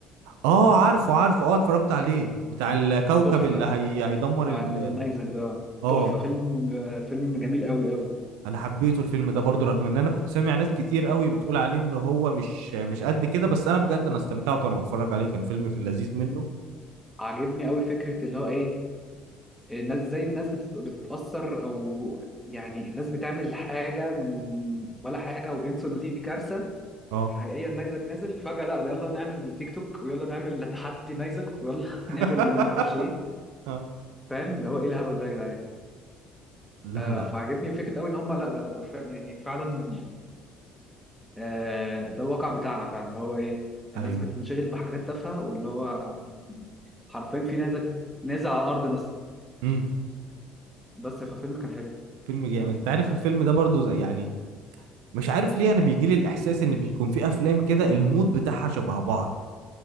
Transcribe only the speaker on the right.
اه عارفه عارفه اه اتفرجت عليه بتاع الكوكب
اللي هي... هيدمر
ال...
اه
انا حبيته الفيلم ده برضو رغم ان انا كنت سامع ناس كتير قوي بتقول عليه ان هو مش مش قد كده بس انا بجد انا استمتعت وانا بتفرج عليه كان فيلم في اللذيذ منه
اه
<laughs>
آه.
لا
لا
ايوه
امم
فيلم جامد انت عارف الفيلم ده برضو زي يعني مش عارف ليه انا بيجي لي الاحساس ان بيكون في افلام كده المود بتاعها شبه بعض